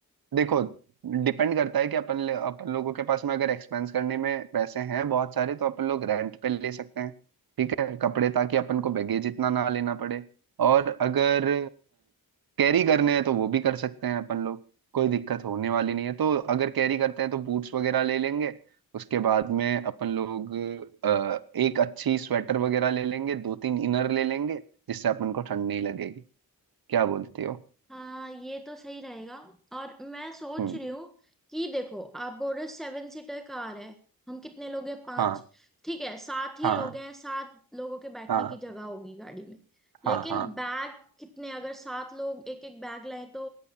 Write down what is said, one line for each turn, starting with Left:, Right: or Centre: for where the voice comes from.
Right: देखो डिपेंड करता है कि अपन ले- अपन लोगों के पास में अगर एक्सपेंस करने में पैसे हैं बहुत सारे तो अपन लोग रेंट पे ले सकते हैं ठीक है कपड़े ताकि अपन को बैगेज इतना ना लेना पड़े और अगर कैरी करने हैं तो वो भी कर सकते हैं अपन लोग कोई दिक्कत होने वाली नहीं है तो अगर कैरी करते हैं तो बूट्स वगैरह ले लेंगे उसके बाद में अपन लोग अ, एक अच्छी स्वेटर वगैरह ले लेंगे दो तीन इनर ले लेंगे जिससे अपन को ठंड नहीं लगेगी क्या बोलती हो
Centre: हाँ ये तो सही रहेगा और मैं सोच
Right: हम्म
Centre: रही हूँ कि देखो आप बोल रहे हो सेवन सीटर कार है हम कितने लोग हैं पांच
Right: हाँ
Centre: ठीक है सात ही
Right: हाँ
Centre: लोग हैं सात लोगों के बैठने
Right: हाँ
Centre: की जगह होगी गाड़ी में लेकिन
Right: हाँ हाँ
Centre: बैग कितने अगर सात लोग एक एक बैग लाए तो